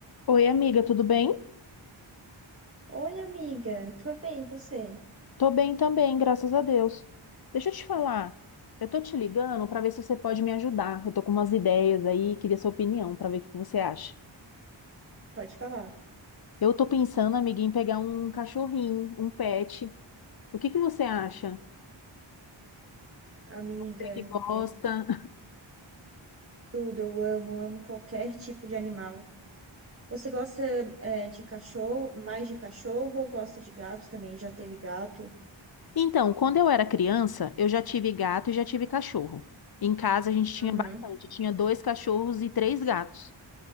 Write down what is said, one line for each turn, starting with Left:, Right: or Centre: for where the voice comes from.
Left: Oi, amiga, tudo bem?
Right: Oi, amiga. Tô bem, e você?
Left: Tô bem também, graças a Deus. Deixa eu te falar, eu tô te ligando para ver se você pode me ajudar. Eu tô com umas ideias aí, queria sua opinião para ver o que que você acha.
Right: Pode falar.
Left: Eu tô pensando, amiga, em pegar um cachorrinho, um pet. O que que você acha?
Right: Amiga,
Left: Você que gosta.
Right: é tu- tudo. Eu amo, amo qualquer tipo de animal. Você gosta, é, de cachorro, mais de cachorro ou gosta de gato também? Já teve gato?
Left: Então, quando eu era criança, eu já tive gato e já tive cachorro. Em casa a gente tinha
Right: Uhum,
Left: bastante, tinha dois cachorros e três gatos.